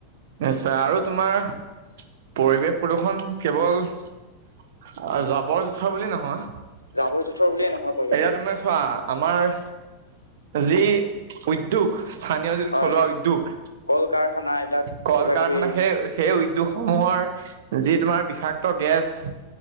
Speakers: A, on the right; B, on the left.
A: নিশ্চয় আৰু তোমাৰ পৰিৱেশ প্ৰদূৰ্ষন কেৱল জাবৰ জোথা বুলি নহয়।
B: জাবৰ জোথৰ বুলিয়ে নহয় পৰিৱেশ
A: এয়া
B: প্ৰদূষণ
A: তুমে
B: অকল
A: চোৱা আমাৰ যি উদ্যোগ স্থানীয় যিটো
B: হয়
A: থলুৱা উদ্যোগ।
B: কল কাৰখানা এইবিলাক
A: কল
B: কিবা
A: কাৰখানা
B: কিবি
A: সেই সেই উদ্যোগ সমূহৰ যি তোমাৰ বিষাক্ত গেছ